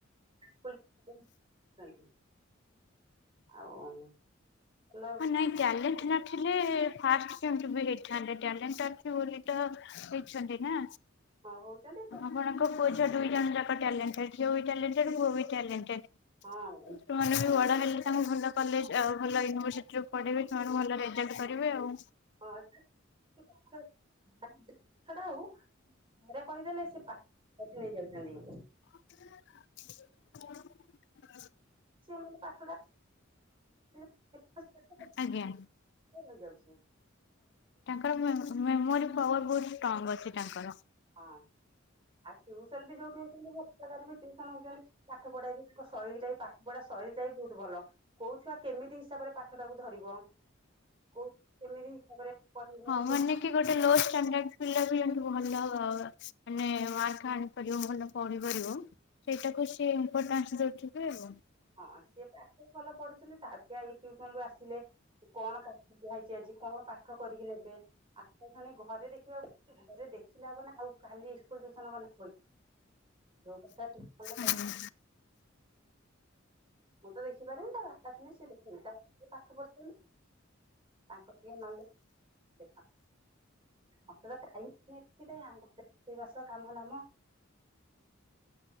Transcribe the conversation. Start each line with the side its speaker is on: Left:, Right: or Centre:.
Right: <unintelligible> ଆଉ ଭଲ
Left: ହଁ ନାଇଁ ଟାଲେଣ୍ଟ ନ- ଥିଲେ ଫାଷ୍ଟ କେମତି ବି ହେଇଥାନ୍ତେ ଟ୍ୟାଲେଣ୍ଟ ଅଛି ବୋଲି ତ ହେଇଛନ୍ତି ନା।
Right: ହଁ ହଉଛନ୍ତି ତ।
Left: ଆପଣଙ୍କ ପୁଅ ଝିଅ ଦୁଇ ଜଣ ଯାକ ଟ୍ୟାଲେଣ୍ଟେଡ ଝିଅ ବି ଟ୍ୟାଲେଣ୍ଟେଡ ପୁଅ ବି ଟ୍ୟାଲେଣ୍ଟେଡ।
Right: ହଁ
Left: ଛୁଆ ମାନେ ବି ବଡ ହେଲେ ତାଙ୍କୁ ଭଲ କଲେଜ ଆଉ ଭଲ ୟୁନିଭର୍ସି ଟ୍ ରେ ପଢେଇବେ ସେମାନେ ଭଲ ରେଜଲ୍ଟ କରିବେ ଆଉ।
Right: ହଁ ସେ <unintelligible> ଯୋଉ କଥାଟା ଆଉ <inaudible> ଥରେ କହିଦେଲେ ସେ ପା <unintelligible> ନେଇଯାଉଚନ୍ତି।
Left: <inaudible>
Right: ସେମାନେ ପାଠଟା <unintelligible>
Left: ଆଜ୍ଞା।
Right: ସେ ନେଇଯାଉଚି।
Left: ତାଙ୍କର ମେ ମେମୋରି ପାୱାର ବହୁତ ଷ୍ଟ୍ରଙ୍ଗ ଅଛି ତାଙ୍କର।
Right: ହଁ ଆଉ ଟିଉସନ ବି ଯୋଉଠି ହଉଚନ୍ତି ଭଲ ଜାଗାରେ ବି ଟିଉସନ ହଉଚନ୍ତି। ପାଠ ପଢା ବି ତାଙ୍କ ଶୈଳୀଟା ବି ପାଠ ପଢା ଶୈଳୀଟା ବି ବହୁତ ଭଲ। କୋଉ ଛୁଆ କେମିତି ହିସାବରେ ପାଠଟାକୁ ଧରିବ କୋଉ ଛୁଆ କେମିତି ହିସାବରେ ପଢିଲେ
Left: ହଁ
Right: ସେ
Left: ମାନେ କି ଗୋଟେ ଲୋ ଷ୍ଟାଣ୍ଡାର୍ଡ ପିଲା ବି ଯେମିତି ଭଲ ମାନେ ମାର୍କ ଆଣି ତ ଯିଏ ଭଲ ପଢିପାରିବ ସେଇଟାକୁ ସିଏ ଇମ୍ପୋଟାନ୍ସ ଦଉଥିବେ ଆଉ।
Right: ହଁ ସିଏ ପାଠ ଭଲ ପଢୁଥିଲେ ତା ଛୁଆ ଏଇ ଟିଉସନରୁୁ ଆସିଲେ। କଣ ପାଠ ଦିଆ ହେଇଛି ଆଜି କଣ ପାଠ କରିକି ନେବେ। ଆସିଲାକ୍ଷଣି ଘରେ ଦେଖିବାକୁ ପଡୁଚି ଘରେ ଦେଖିଲେ ହବ ନା ଆଉ ଖାଲି ଇସ୍କୁଲ ଟିୟୁସନ ଗଲେ ହବକି। ଯୋଉ ପଟଟା <unintelligible>
Left: ଆଜ୍ଞା
Right: ମୁଁ ତ ଦେଖିପାରେନି ତା ବାପା ଥିନେ ସେ ଦେଖିବେ ତାପରେ ପାଠ ପଢୁଛନ୍ତି। ତାଙ୍କ ଟିଏ ନଲେ <unintelligible> ମତେ ତ ଟାଇମ <unintelligible> ରୋଷେଇବାସ କାମ ଦାମ।